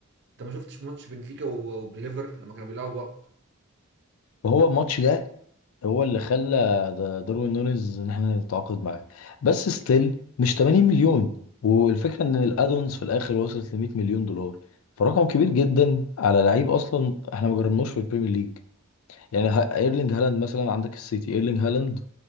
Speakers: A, on the right; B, on the left.
A: انت ما شفتش ماتش بنفيكا و- وبليفر لما كانوا بيلعبوا بعض
B: وهو الماتش ده هو اللي خلى د- داروين نونيز ان احنا نتعاقد معاه بس ستيل مش 80 مليون والفكره ان الادونز في الاخر وصلت ل 100 مليون دولار فرقم كبير جدا على لعيب اصلا احنا ما جربناش في البريمير ليج يعني ه- ايرلينج هالاند مثلا عندك السيتي ايرلينج هالاند